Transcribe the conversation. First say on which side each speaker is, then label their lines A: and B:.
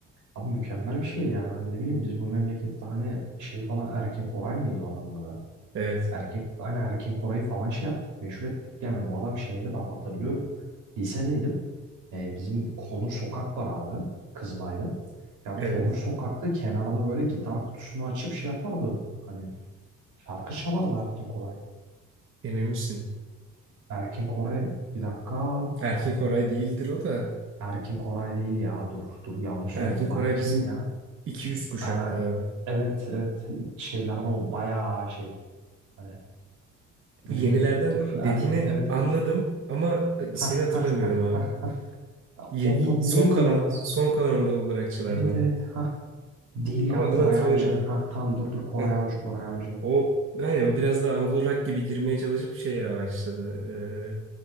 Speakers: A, on the right; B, on the right.
A: Abi mükemmel bir şey yani. Hani ne bileyim biz bu memlekette hani şey falan Erkin Koray mıydı o adamın adı?
B: Evet.
A: Erkin, hani Erkin Koray'ı falan şey yaptık, meşhur ettik. Yani bu adam şeydi ben hatırlıyorum. Lisedeydim. Ee, bizim Konur Sokak var abi, Kızılay'da. Ya
B: Evet.
A: Konur Sokak'ta kenarda böyle gitar kutusunu açıp şey yapardı. Hani şarkı çalardı Erkin Koray.
B: Emin misin?
A: Erkin Koray, bir dakika.
B: Erkin Koray değildir o da.
A: Erkin Koray değil ya, dur dur yanlış söyledim.
B: Erkin Koray
A: Bay kimdi
B: bizim
A: ya?
B: 200 kuşakta
A: Aa,
B: abi.
A: evet evet şeylerden o bayağı şey. Hani hmm,
B: Bu yenilerden
A: dur
B: dediğini
A: Erkin, evet
B: anladım
A: evet.
B: ama e, ismini
A: <laughs>
B: hatırlamıyorum abi.
A: Ya
B: Ye-
A: Onun
B: ye-
A: adı
B: Son
A: neydi
B: kalan
A: ya?
B: son kalan Anadolu Rockçılardan.
A: Evet evet. Ha değil
B: Ama
A: ya
B: adını
A: Koray
B: hatırlayamadım.
A: Avcı. Ha tamam dur dur Koray
B: <laughs>
A: Avcı Koray Avcı.
B: O yani o biraz daha Anadolu rock gibi girmeye çalışıp şeye başladı.